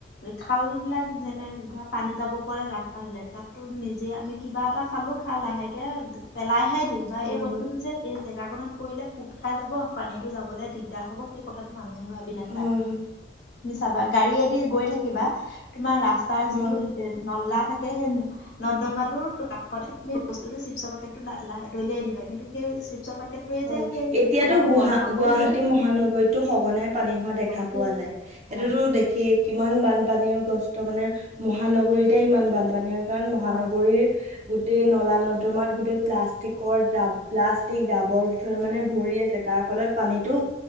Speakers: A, on the left (about 70°); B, on the right (about 40°).
A: খাল বিলাক, যেনে ধৰা পানী যাব পৰা ৰাস্তা বিলাক তাতটো নিজে আমি কিবা এটা খাল টো খাই লাহেকে পেলাইহে দিওঁ বা
B: হয়
A: এই বস্তুটো যে এই জেগাখনত পৰিলে পুত খাই যাব। পানীতটো যাবলৈ দিগ হব সেই কথাটো মানুহে ভাবি
B: হয়
A: নাচায়।
B: হয়
A: তুমি গাড়ীয়েদি গৈ থাকিবা, তোমাৰ ৰাস্তাৰ
B: হয়
A: যিটো নল্লা থাক নৰ্দমাটোৰ <unintelligible> বস্তুটো চিপছ পেকেটটো লা দলিয়াই দিবা। কিন্তু সেই চিপচ পেকেটটোৱে
B: হয়
A: যে সেই
B: এতিয়াতো
A: ফুটাটো
B: গুহা
A: বন্ধ কৰি
B: গুৱাহাটী
A: দিয়ে, সেই
B: মহানগৰীতো সঘনাই পানী হোৱা দেখা
A: অ' সেইটোৱে
B: পোৱা যায়। সেইটোতো
A: হয়,
B: দেখেই কিমান বা বানপানী গ্ৰস্ত মানে মহানগৰীতে ইমান বানপানী হয়। কাৰণ মহানগৰীৰ
A: হয়,
B: গ গোটেই নলা নৰ্দমাত গোটেই প্লাষ্টিকৰ ডাব প্লাষ্টিক, জাবৰ মানে ভৰি আছে। তাৰ ফলত পানীতো